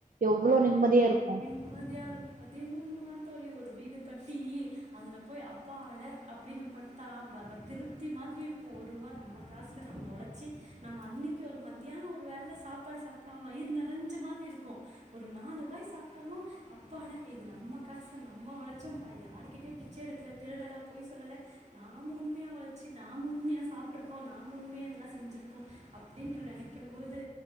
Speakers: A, on the right; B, on the right.
A: எவ்ளோ நிம்மதியா இருக்கும்
B: நிம்மதியாக பதிமூனு தான் தோழி ஒரு வீடு கட்டி அதுல போய் அப்பாட அப்படின்னு படுத்தா வர திருப்தி மாதிரி இருக்கும் ஒரு ரூவா நம்ம காசுல நம்ம உழச் சி நம்ம அன்னைக்கு ஒரு மத்தியானம் ஒரு வேல சாப்பாடு சாப்டா வயிர் நெறஞ்ச மாதிரி இருக்கும் ஒரு நாலு வாய் சாப்டாலும் அப்பாடா இது நம்ம காசு நம்ம ஒழச்சம் பா யார்கிட்டயும் பிச்ச எடுக்கல திருடல பொய் சொல்லல நாம் உண்மையா ஒழச்சி நாம் உண்மையா சாப்பிட்டுருக்கோம் நாம் உண்மையா இதெல்லாம் செஞ்சிருக்கோம் அப்டின்டு நெனைக்கும் போது